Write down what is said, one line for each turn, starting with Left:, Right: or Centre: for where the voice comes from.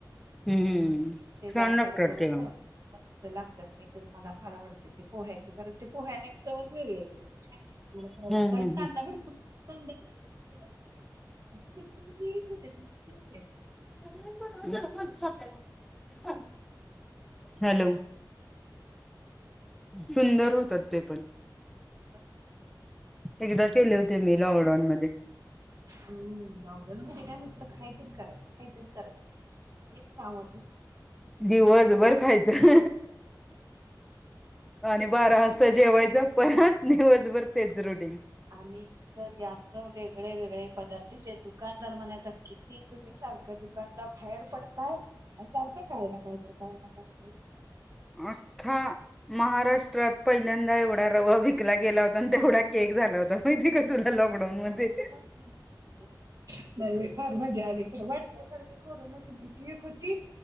Centre: हम्म
Right: ते
Centre: छान
Right: आकार
Centre: लागतात
Right: करून
Centre: ते
Right: तळा मस्त लागत. तर मी तर मला फार आवडते ते पोह्याचे कारण ते पोह्यानेवस वेगवेगळे छान येत. मलाराव
Centre: हम्म
Right: कारण
Centre: हम्म
Right: कांदा बडकू कांदा गुर नाही असं कुरकुरीत होते मस्त लागतय.
Centre: हम्म कअकक हॅलो सुंदर होतात ते पण.
Right: हो ब
Centre: एकदा केले होते मी लॉकडाऊन मध्ये.
Right: हम्म जाऊ दे नुसतं खायचं करायचं खायचं करायचं हेच काम हो.
Centre: दिवस बर खायचं आणि
Right: दिवसभर
Centre: बारा वाजता
Right: काम
Centre: जेवायच परत दिवसभर तेच रुटीन
Right: आम्ही तर यास वेगळे वेगळे पदार्थ ते दुकानदार म्हणायचा की की तुम्ही सारखं दुकानला बाहेर पडताय आणि सारखं काय ना कायतर काय ना कायतरी वेगळं व
Centre: अख्खा महाराष्ट्रात पहिल्यांदा एवढा रवा विकला गेला होता आणि तेवढा केक झाला होता माहितीय का तुला लॉकडाऊन मध्ये
Right: नाही बाई फार मजा आली पण येयेकदा वाटतय खरं कोरोनाची भीती एक होती